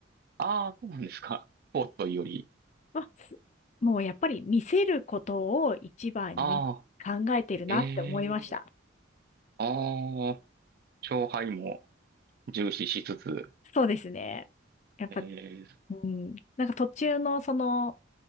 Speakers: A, on the right (about 50°); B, on the left (about 35°).
A: ああそうなんですか。スポーツというより。
B: まあすもうやっぱり見せることを一番に考えてるなって思いました。
A: ああえー、ああ勝敗も重視しつつ、
B: そうですね。やっぱ、
A: えー、
B: うん、なんか途中のその